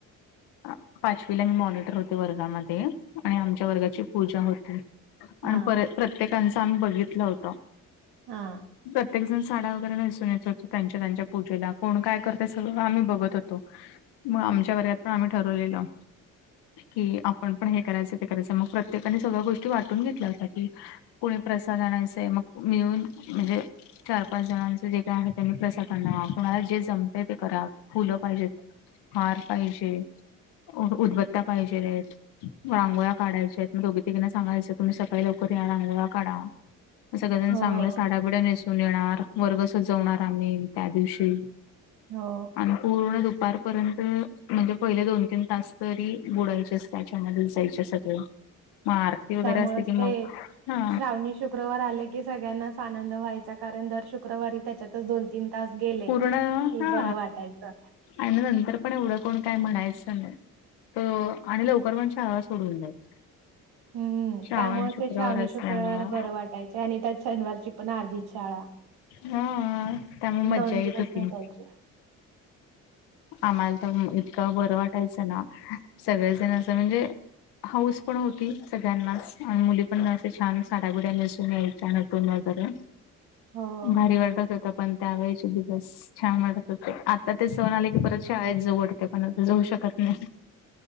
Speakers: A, on the left; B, on the right.
A: आ पाचवीला मी मॉनिटर होते वर्गामध्ये आणि आमच्या वर्गाची पूजा होती. आणि
B: हा
A: पर प्रत्येकांचं आम्ही बघितलं होतं.
B: हा.
A: प्रत्येक जण साड्या वगैरे नेसून येत होते त्यांच्या त्यांच्या पूजेला, कोण काय करतंय सगळं आम्ही बघत होतो. मग आमच्या वर्गात पण आम्ही ठरवलेलं. कि आपण पण हे करायचं ते करायचं, मग प्रत्येकाने सगळ्या गोष्टी वाटून घेतल्या होत्या की कुणी प्रसाद आणायचे, मग मिळून म्हणजे चार पाच जणांचं जे काय आहे त्यांनी प्रसाद आणा, कुणाला जे जमतंय ते करा, फुलं पाहिजेत हार पाहिजे, उद उदबत्या पाहिजेलेत. रांगोळ्या काढायच्या आहेत, मग दोघी तिघींना सांगायचं तुम्ही सकाळी लवकर या रांगोळ्या काढा. मग सगळे जण
B: हो
A: चांगल्या साड्याबिड्या नेसून येणार, वर्ग सजवणार आम्ही त्या दिवशी.
B: हो.
A: आणि पूर्ण दुपारपर्यंत म्हणजे पहिले दोन तीन तास तरी बुडायचेच त्याच्यामध्ये जायचे सगळे. मग आरती वगैरे
B: त्यामुळेच
A: असली कि
B: ते
A: मग हा
B: श्रावणी शुक्रवार आले की सगळ्यांनाच आनंद व्हायचा कारण दर शुक्रवारी त्याच्या त्यातचं दोन तीन तास गेले
A: पूर्ण
B: कि
A: हा
B: बरं वाटायचं.
A: आणि नंतर पण एवढं कोण काय म्हणायचं नाही. त आणि लवकर पण शाळा सोडून द्यायची.
B: हम्म
A: श्रावण
B: त्यामुळे
A: शुक्रवार
B: ते श्रावणी
A: असल्यामुळं
B: शुक्रवार बरं वाटायचे आणि त्यात शनिवारची पण अर्धीच शाळा.
A: हा त्यामुळे मज्जा
B: दोन
A: येत
B: दिवस
A: होती.
B: भेटायचे
A: आम्हाला तर अं इतकं बरं वाटायचं ना सगळेजण असं म्हणजे हाऊस पण होती सगळ्यांनाच आणि मुली पण अस छान साड्या बुड्या नेसून यायच्या न. टून वगैरे,
B: हो.
A: भारी वाटत होतं. पण त्या वेळेचे दिवस छान वाटत होते. आता ते सण आले की परत शाळेत जाऊ वाट तय पण आता जाऊ शकत नाही.